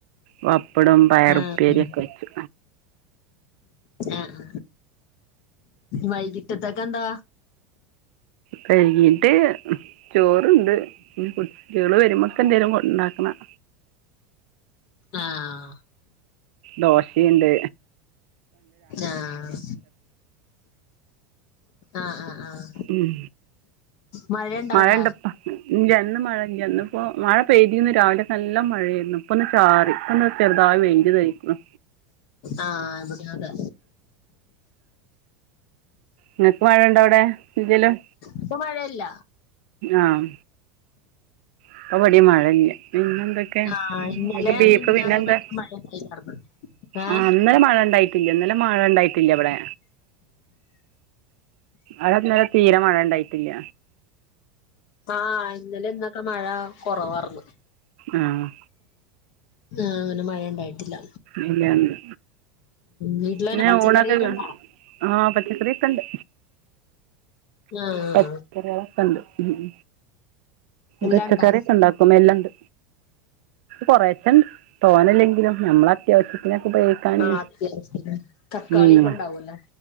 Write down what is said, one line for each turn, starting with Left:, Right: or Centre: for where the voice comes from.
Right: പപ്പടം
Left: ആഹ്
Right: പയറുപ്പേരി ഒക്കെ വെച്ചു
Left: ആഹ് വൈകിട്ടേത്തേക്കെന്താ
Right: വൈകിട്ട് ചോറുണ്ട് പിന്നെ കുട്ടികള് വരുമ്പോക്ക്‌ എന്തെലും ഉണ്ടാക്കണം
Left: ആഹ്
Right: ദോശിണ്ട്
Left: ആഹ് ആഹ് ആഹ് ആഹ്
Right: ഉം
Left: മഴയുണ്ടോ
Right: മഴണ്ടപ്പ
Left: അവിടെ
Right: ഇല്ല ഇന്ന് മഴ ഇല്ല ഇന്ന് ഇപ്പോ മഴ പെയ്തിന്നു രാവിലെ നല്ല മഴയരുന്നു ഇപ്പൊ ഒന്ന് ചാറി ഇപ്പൊ ചെറതായ് വെയിൽ വേയ്ക്ക്‌ണു
Left: ആഹ് എവിടേം അതെ
Right: ഇങ്ങക്ക് മഴണ്ടോ അവിടെ എന്തേലും
Left: ഇപ്പ മഴല്ല
Right: ആഹ് ഇപ്പവടിം മഴല്ല പിന്നെന്തെ ക്കെ
Left: ആഹ്
Right: ഇങ്ങക്ക്
Left: ഇന്നലെ
Right: ബീഫ്
Left: മിനിഞ്ഞാന്നും
Right: പിന്നെ എന്താ
Left: അധികം മഴ ഉണ്ടായില്ലാർന്ന് ഏഹ്
Right: ആഹ് ഇന്നലെ മഴ ഇണ്ടായിട്ടില്ല ഇന്നലെ മഴ ഇണ്ടായിട്ടില്ല ഇവടെ. അവ്ടെ ഇന്നലെ തീരെ മഴണ്ടായിട്ടില്ല.
Left: ആഹ് ഇന്നല ഇന്നൊക്കെ മഴ കൊറവാർന്ന്.
Right: ആഹ്
Left: ആഹ് അങ്ങനെ മഴ ഇണ്ടായിട്ടില്ല.
Right: ഇല്ലന്ന്
Left: വീട്ടിലങ്ങനെ
Right: പിന്നെ
Left: പച്ചക്കറിയൊക്കെ
Right: <unintelligible>
Left: ഇണ്ടാ
Right: ആഹ് പച്ചക്കറിഒക്കണ്ട്.
Left: ആഹ്
Right: പച്ചക്കറികളൊക്കെ ഇണ്ട്.
Left: എല്ലാണ്ടാ
Right: പച്ചക്കറി ഒക്കെ ഇണ്ടാക്കും എല്ലാംണ്ട് കൊറേച്ചണ്ട്. തോന്നെല്ലെങ്കിലും നമ്മള അത്യാവശ്യത്തിനൊക്കെ ഉപയോഗിക്കാന്
Left: ആഹ് അത്യാവശ്യത്തിന് തക്കാളിയൊക്കെ
Right: ഉം.
Left: ഇണ്ടാവൂല്ലേ